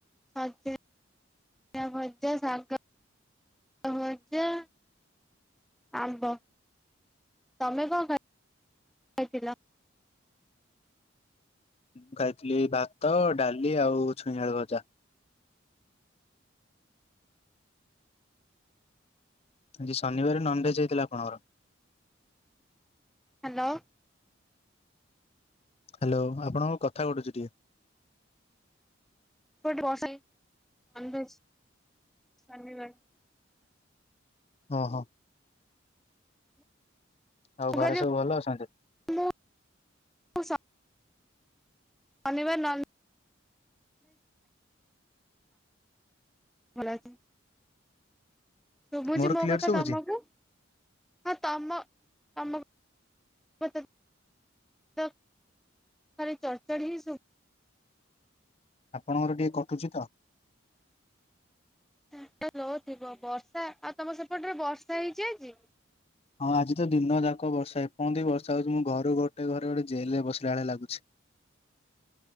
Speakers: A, in the centre; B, on the left.
A: ଭଜା। ଜା ଶାଗ ଭଜା। ଆମ୍ବ ତମେ କଣ ଖାଇ ଖାଇଥିଲ?
B: ମୁଁ ଖାଇଥିଲି ଭାତ ଡାଲି ଆଉ ଛୁଇଁଆଳୁ ଭଜା। ଆଜି ଶନିବାର ନନଭେଜ ହେଇଥିଲା ଆପଣଙ୍କର।
A: ଲୋ।
B: ହ୍ୟାଲୋ ଆପଣଙ୍କ କଥା କଟୁଛି ଟିକେ।
A: <unintelligible>
B: ହଁ ହଁ। ଆଉ ଘରେ
A: କହିଲି
B: ସବୁ ଭଲ ଅଛନ୍ତି।
A: ମୁଁ ମୁଁ ସ ଶନିବାର ନନ। <inaudible> ଶୁଭୁଛି
B: ମୋର
A: ମୋ
B: କ୍ଲିୟର
A: କଥା
B: ଶୁଭୁଛି
A: ତମକୁ। ତମ ତମ କତା ତ ଖାଲି ଚଢ ଚଢ଼ି ହିଁ ଶୁଭୁଛି।
B: ଆପଣଙ୍କର ଟିକେ କଟୁଛି ତ।
A: ନେଟୱକ ଲୋଓ ଥିବ ବର୍ଷା ଆଉ ତମ ସେପଟରେ ବର୍ଷା ହେଇଛି ଆଜି।
B: ହଁ ଆଜି ତ ଦିନ ଯାକ ବର୍ଷା ଏ ପହନ୍ତେ ବି ବର୍ଷା ହେଉଛି ମୁଁ ଘରୁ ଗୋଟେ ଘରେ ଗୋଟେ ଜେଲ ରେ ବସିଲା ଭଳିଆ ଲାଗୁଛି।
A: <inaudible>